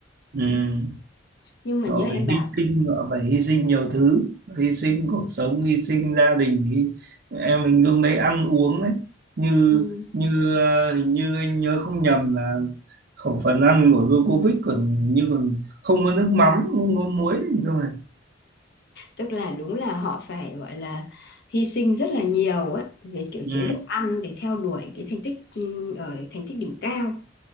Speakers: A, on the right; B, on the left.
A: ừ.
B: Ừ, Nhưng mà
A: họ
B: nhớ em
A: phải
B: bảo,
A: hy sinh họ phải hy sinh nhiều thứ hy sinh cuộc sống hy sinh gia đình hy... em hình dung đấy ăn uống đấy như
B: ừ,
A: như ờ, hình như anh nhớ không nhầm là khẩu phần ăn của Djokovic còn hình như còn không có nước mắm không có muối gì cơ mà
B: tức là đúng là họ phải gọi là hy sinh rất là nhiều ấy về kiểu
A: ừ,
B: chế độ ăn để theo đuổi cái thành tích ừ, ở thành tích đỉnh cao.